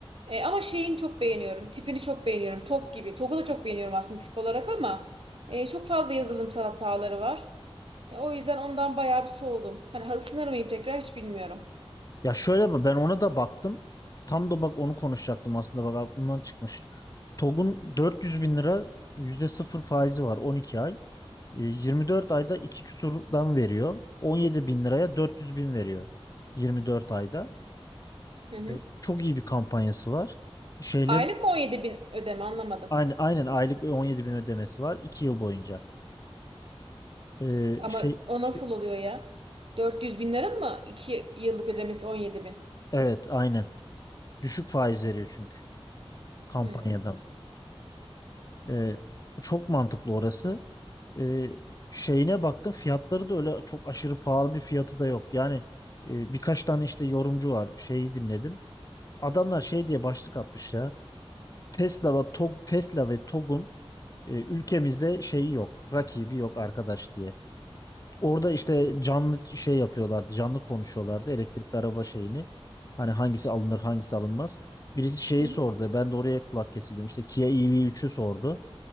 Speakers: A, on the right; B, on the left.
A: E, ama şeyini çok beğeniyorum. Tipini çok beğeniyorum. Tok gibi. Tog'u da çok beğeniyorum aslında tip olarak ama e, çok fazla yazılımsal hataları var. E, o yüzden ondan bayağı bir soğudum. Hani ısınır mıyım tekrar hiç bilmiyorum.
B: Ya şöyle bak ben ona da baktım. Tam da bak onu konuşacaktım aslında bak aklımdan çıkmış. TOG'un 400 bin lira yüzde sıfır faizi var 12 ay. E, 24 ayda 2 küsurdan veriyor. 17 bin liraya 400 bin veriyor. 24 ayda.
A: Hı hı.
B: E, çok iyi bir kampanyası var. Şeylerin
A: Aylık mı 17 bin ödeme anlamadım.
B: aynı, aynen aylık 17 bin ödemesi var 2 yıl boyunca. E,
A: Ama
B: şey,
A: o
B: şey-
A: nasıl oluyor ya? 400 bin lira mı? 2 yıllık ödemesi 17 bin.
B: evet aynen. Düşük faiz veriyor çünkü kampanyadan.
A: Hmm.
B: Ee, çok mantıklı orası. Ee, şeyine baktım fiyatları da öyle çok aşırı pahalı bir fiyatı da yok. Yani e, birkaç tane işte yorumcu var şeyi dinledim. Adamlar şey diye başlık atmış ya. Tesla ve Tog Tesla ve Togg'un e, ülkemizde şeyi yok. Rakibi yok arkadaş diye. Orada işte canlı şey yapıyorlardı. Canlı konuşuyorlardı elektrikli araba şeyini. Hani hangisi alınır hangisi alınmaz. Birisi şeyi
A: Hı hı.
B: sordu. Ben de oraya kulak kesildim. İşte Kia EV3'ü sordu.